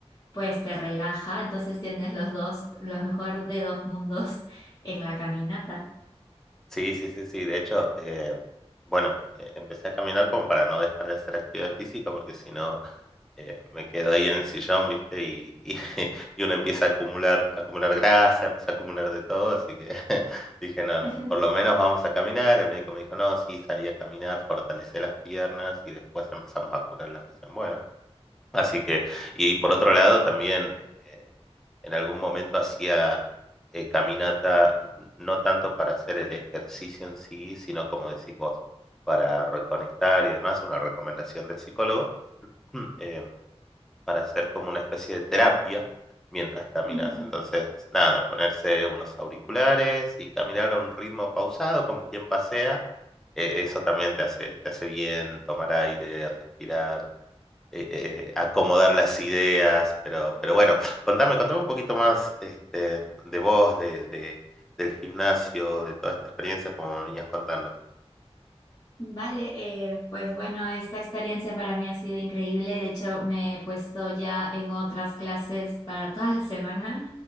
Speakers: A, on the left; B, in the centre.
A: pues
B: Ujú.
A: te relaja, entonces tienes los dos, los mejor de dos mundos en la caminata.
B: Sí, sí, sí, sí. De hecho, eh, bueno, eh, empecé a caminar como para no dejar de hacer actividad física, porque si no, eh, me quedo ahí en el sillón, ¿viste? Y, y, <laughs> y uno empieza a acumular, a acumular grasa, empieza a acumular de todo. Así que <laughs> dije, no, no,
A: <laughs>
B: por lo menos vamos a caminar. El médico me dijo, no, sí, salí a caminar, fortalecé las piernas y después empezamos a curar la lesión. Bueno. Así que, y por otro lado, también eh, en algún momento hacía eh, caminata, n- no tanto para hacer el ejercicio en sí, sino como decís vos, para reconectar y demás, una recomendación del psicólogo, <clears throat> eh, para hacer como una especie de terapia mientras caminas.
A: Ujú.
B: Entonces, nada, ponerse unos auriculares y caminar a un ritmo pausado, como quien pasea, eh, eso también te hace, te hace bien tomar aire, respirar eh, eh, acomodar las ideas, pero, pero bueno, contame, contame un poquito más este, de vos, de, de- del gimnasio, de toda esta experiencia como me venías contando.
A: Vale, eh, pues bueno, esta experiencia para mí ha sido increíble. De hecho, me he puesto ya en otras clases para toda la semana.